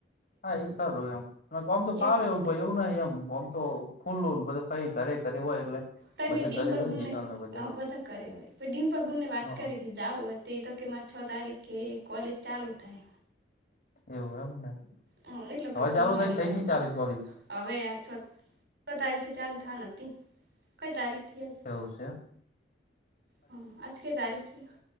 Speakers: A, on the left; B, on the right.
A: હા એ ખરું એમ એમ કોમ તો ફાવે
B: એટલે
A: એવું ભઈ એવું નહિં ઓમ તો ખુલ્લું બધું ભઈ ઘરે ઘરે હોય એટલે.
B: તોય
A: બધે
B: મેં ડિમ્પલબુનને
A: કરી દો ને જીટલ ને બધે
B: અ બધાં કરે અવે ડિમ્પલબુનને વાત
A: હ
B: કરે કે જાઉં હોય તો એ તો કે મારે છ તારીખે કોલેજ ચાલુ થાય.
A: એવું એમ ને.
B: હ એટલે
A: હવે
B: પસી
A: ચાલુ
B: હું મોડીવાળુ.
A: થઈ થઈ ગઈ ચાલે કોલેજ
B: હવે આ છ છ તારીખે ચાલું થાન હતી, કંઈ તારીખ થઈ આજ?
A: એવું શે એમ?
B: હ આજ કઈ તારીખ થઈ?